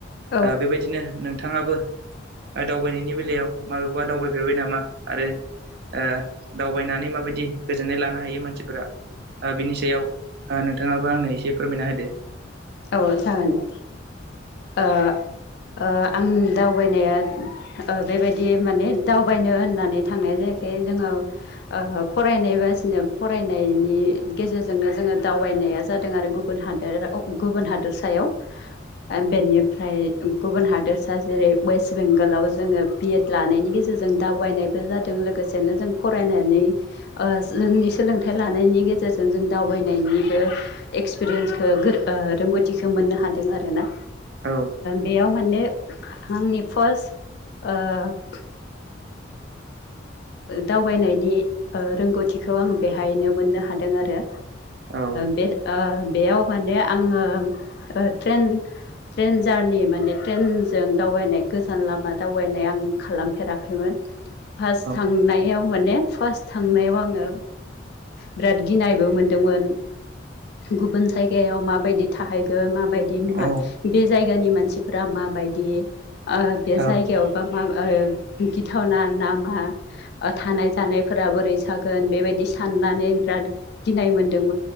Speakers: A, on the left; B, on the right.
A: औ
B: ओ बेबायदिनो नोंथाङाबो ओ दावबायनायनि बेलायाव माबेयावबा दावबायफेरबाय नामा आरो ओ दावबायनानै माबायदि गोजोननाय लानो हायो मानसिफोरा ओ बिनि सायाव ओ नोंथाङाबो आंनो एसे फोरमायना होदो
A: औ जागोन दे ओ ओ आंनि दावबायनाया ओ बेबायदि माने दावबायनो होननानै थांनाय जाया जे जोङो ओ फरायनाय बाजिनो फरायनायनि गेजेरजोंनो जोङो दावबाय नाया जादों आरो गुबुन हादोराव गुबुन हादोरसायाव ओ बेनिफ्रा ओमफ्राय गुबुन हादोरसा जेरै वेस्ट बेंगलाव जोङो बिएड लानायनि गेजेरजों दावबायनाय लोगोसेनो जों फरायनानै जोंनि सोलोंथाइ लानायनि गेजेरजों जों दावबाय फैनायनिबो एक्सपिरियेन्सखौ रोंगौथिखौ मोननो हादों आरोना
B: औ
A: बेयाव माने आंनि फार्स्ट दावबायनायनि रोंगौथिखौ आं बेहायनो मोननो हादों आरो
B: औ औ
A: बे बेयाव माने आङो ट्रेन ट्रेन जारनि माने ट्रेनजों दावबायनाय गोजान लामा दावबायनाय आं खालामफेराखैमोन फार्स्ट थांनायाव
B: औ
A: माने फार्स्ट थांनायाव आङो बिराद गिनायबो मोनदोंमोन गुबुन जायगायाव माबायदि थाहैगोन माबायदि
B: औ
A: बे जायगानि मानसिफोरा माबायदि बे
B: औ
A: जायगायावबा मा गिथावना ना मा थानाय जानायफोरा बोरै जागोन बेबायदि साननानै बिराद गिनाय मोन्दों